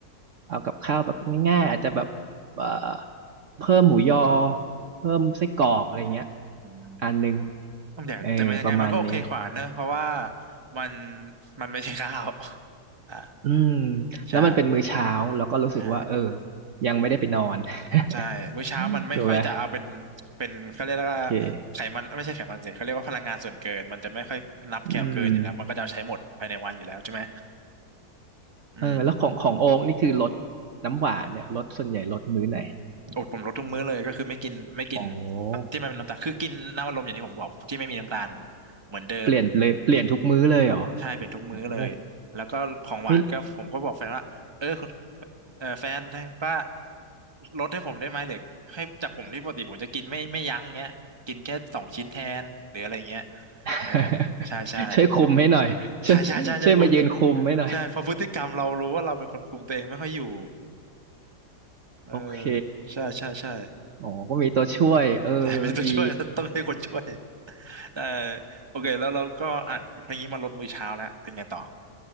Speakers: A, on the right; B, on the right.
A: เอากับข้าวแบบง่ายๆอาจจะแบบเอ่อเพิ่มหมูยอเพิ่มไส้กรอกอะไรเงี้ย
B: อื
A: อันหนึ่ง
B: มแต่แต่มันยังไงมันก็โอเคขวาเนอะเพราะว่า
A: เออประมาณนี้
B: มันมันไม่ใช่ข้าวอ่า
A: อืม
B: ใช่
A: แล้วมันเป็นมื้อเช้าเราก็รู้สึกว่าเออ
B: ใช่
A: ยังไม่ได้ไปนอน <laughs>
B: ใช่มื้อเช้ามันไม่ค่อยจะเอาเป็น
A: ถูกไหม
B: เป็นเขาเรียกว่าไขมันไม่ใช่ไขมันสิเขาเรียกว่าพลังงานส่วนเกินมันจะไม่ค่อยนับแคลเกินอยู่แล้วมันก็จะเอาใช้หมดภายในวันอยู่แล้วใช่ไหม
A: โอเคอืม
B: อืม
A: เออแล้วของของโอ๊กนี่คือลดน้ำหวานเนี่ยลดส่วนใหญ่ลดมื้อไหน
B: อดผมลดทุกมื้อเลยก็คือไม่กินไม่กิน
A: โอ้
B: น้ำที่มันเป็นน้ำตาลคือกินน้ำอัดลมอย่างที่ผมบอกที่ไม่มีน้ำตาลเหมือนเดิม
A: เปลี่ยนเลยเปลี่ยนทุกมื้อเลยเหรอ
B: ใช่เป็นทุกมื้อเลยแล้วก็ของหวานก็ผมก็บอกแฟนว่าเออ
A: โอ้ไม่
B: เออแฟนก่ลดให้ผมได้ไหมหรือให้จากผมที่ปกติผมจะกินไม่ไม่ยั้งเงี้ยกินแค่สองชิ้นแทนหรืออะไรเงี้ย
A: <laughs>
B: เออใช่ใช่
A: ช่วยคุมให้หน่อยช่วยช่วยมายืนคุมให้หน่อย
B: ใช่ใช่ใช่ใช่คุมใช่เพอพฤติกรรมเรารู้ว่าเราเป็นคนคุมตัวเองไม่ค่อยอยู่เออ
A: โอเค
B: ใช่ใช่ใช่
A: อ๋อก็มีตัวช่วยเออ
B: ใช่มีตัวช่วย
A: ดี
B: <laughs> ต้องให้คนช่วยเออโอเคแล้วเราก็อ่ะพออย่างนี้มาลดมื้อเช้าแล้วเป็นไงต่อ